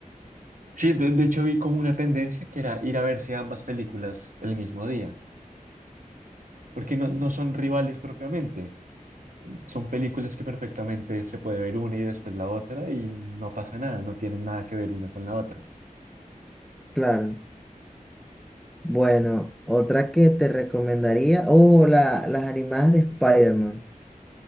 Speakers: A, on the right; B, in the centre.
A: Sí, de, de hecho vi como una tendencia que era ir a verse ambas películas el mismo día, porque no, no son rivales propiamente, son películas que perfectamente se puede ver una y después la otra y no pasa nada, no tienen nada que ver una con la otra.
B: Claro. Bueno, otra que te recomendaría, oh, la, las animadas de Spider-Man,